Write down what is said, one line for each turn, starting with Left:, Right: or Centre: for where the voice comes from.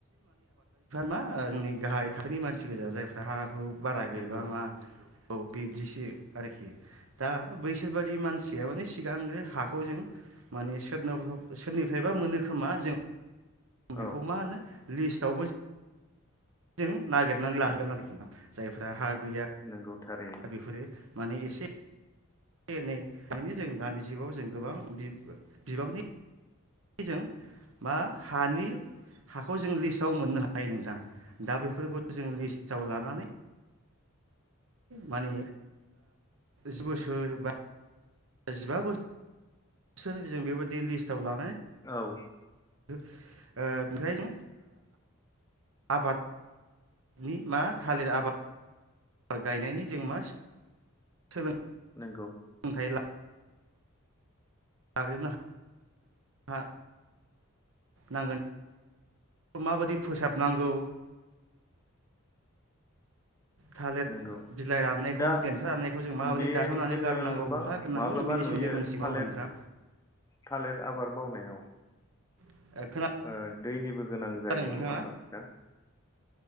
Right: मा जोंनि गाहाय थाखोनि मानसि गोजा जायफ्रा हा हु बारा
Left: नंगौ
Right: गैबाङा औ बिदिसो आरोखि दा बैसोर बादि मानसिया माने सिगांग्रो हाखौ जों माने सोदनोब सोरनिफ्रायबा मोनो खोमा जों बेखौ
Left: औ
Right: मा होनो लिस्टावबो दों नागिरनानै लागोन आरोखि ना जायफ्रा हा गैया
Left: नंगौ थारैनो
Right: दा बेफोरो माने एसे एनै बेनो जों दानि जुगाव जों गोबां बिबांनि जों बा हानि हाखौ जों लिस्टाव मोननो हायो नोंथां दा बेफोरखौ जों लिस्टाव लानानै माने जि बोसोर बा जिबा बोसोरजों बेबायदि लिस्टआव ला
Left: औ
Right: ओ ओमफ्राय जों आबाद नि मा थालिर आबाद गायनायनि जों मा सोलों
Left: नोंगौ
Right: थाय ला ग्रोनो हा नांगोन माबायदि फोसाबनांगौ थालिर
Left: नंगौ
Right: बिलाइ राननायखौ
Left: दा
Right: देन्था राननायखौ जों माबायदि
Left: बे
Right: दानसनानै
Left: जोङो
Right: गारनांगौ
Left: गोबां
Right: बहा गोरनांगौ
Left: माब्लाबा
Right: जों बिनि
Left: नुयो
Right: सोमोनदै मिथिगौ
Left: थालिर
Right: होमबा नोंथा
Left: थालिर आबाद मावनायाव
Right: नोंथां
Left: ओ दैनिबो गोनां
Right: खोनादों
Left: जायो
Right: नोंथाङा
Left: नंङा होमबा नोंथा